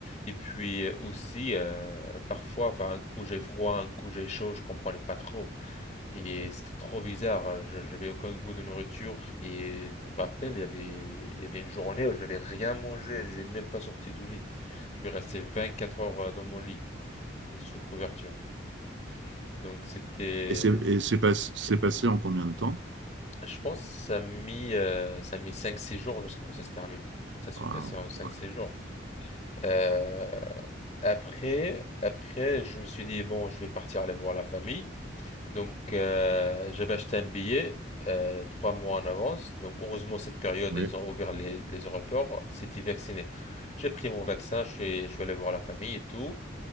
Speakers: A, on the left; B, on the right.
A: Et puis euh, aussi, euh, parfois, enfin, un coup j'ai froid, un coup j'ai chaud, je comprenais pas trop. Et c'était trop bizarre. hein. Je, j'avais aucun goût de nourriture. Et je me rappelle, il y avait, il y avait une journée où j'avais rien mangé. J'ai même pas sorti du lit. Je suis resté 24 heures euh, dans mon lit, euh, sous le couverture. Donc c'était,
B: Et c'est et c'est pas- c'est passé en combien de temps?
A: Je pense que ça a mis, euh, ça a mis cinq 6 jours jusqu'à ce que ça se termine. Ça se
B: Ah,
A: passait en cinq
B: ouais.
A: 6 jours. Euh, après, après, je me suis dit, bon, je vais partir aller voir la famille. Donc, euh, j'avais acheté un billet euh, trois mois en avance. Donc, heureusement, cette période,
B: Oui.
A: ils ont ouvert les, les aéroports. C'était vacciné. J'ai pris mon vaccin, je suis, je suis allé voir la famille et tout.